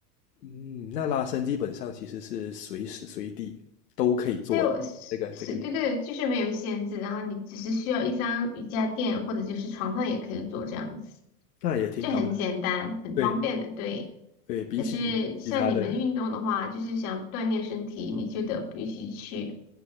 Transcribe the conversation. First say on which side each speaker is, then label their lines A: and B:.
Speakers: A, on the left; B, on the left.
A: 嗯，那拉伸基本上其实是随时随地都可以做的，
B: 对，我是是，
A: 这个这个运动，
B: 对对，就是没有限制，然后你只是需要一张瑜伽垫或者就是床上也可以做这样子，
A: 那也挺好的。
B: 就很简单，很方便的，
A: 对
B: 对。
A: 对，比起其他的。
B: 但是像你们运动的话，就是想锻炼身体，你就得必须去